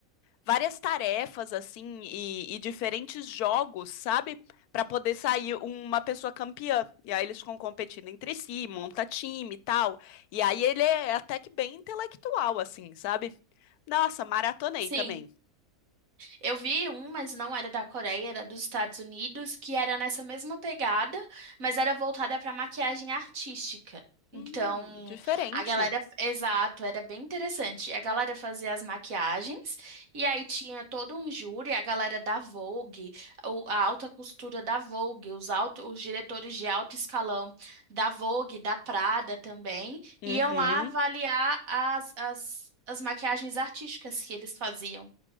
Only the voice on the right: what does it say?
Sim.
Eu vi um, mas não era da Coreia, era dos Estados Unidos, que era nessa mesma pegada, mas era voltada para maquiagem artística.
Então,
a galera, exato, era bem interessante. A galera fazia as maquiagens e aí tinha todo um júri, a galera da Vogue, o- a alta costura da Vogue, os alto, os diretores de alto escalão da Vogue, da Prada também,
iam lá avaliar as, as, as maquiagens artísticas que eles faziam.